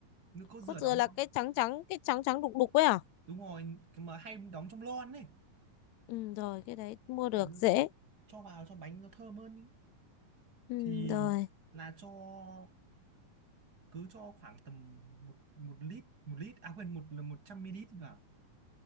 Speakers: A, on the right (about 30°); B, on the left (about 80°).
A: nước cốt dừa
B: Cốt dừa
A: đóng
B: là cái trắng trắng, cái trắng trắng đục đục ấy à?
A: đúng rồi cái mà hay đóng trong lon ấy
B: Ừ rồi, cái đấy mua được
A: Ừ,
B: dễ.
A: cho vào cho bánh nó thơm hơn ý.
B: Ừ
A: thì
B: rồi.
A: là cho cứ cho khoảng tầm một một lít một lít à quên một là một trăm ml vào